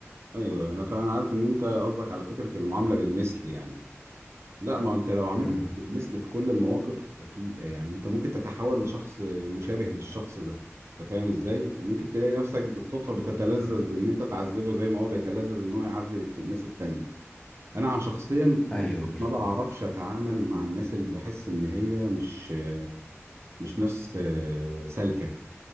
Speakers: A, on the right; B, on the left.
A: ايوه انا فعلا عارف ان انت قصدك على فكره المعامله بالمثل يعني لا ما انت لو عملت
B: امم
A: بالمثل في كل المواقف اكيد يعني انت ممكن تتحول لشخص مشابه للشخص ده انت فاهم ازاي وممكن تلاقي نفسك بالصدفه بتتلذذ
B: امم
A: ان انت تعذبه زي ما هو بيتلذذ ان هو يعذب الت- الناس التانية انا عن شخصيا
B: ايوه بالفعل
A: ما بعرفش اتعامل مع الناس اللي بحس ان هي مش مش ناس آه، سالكه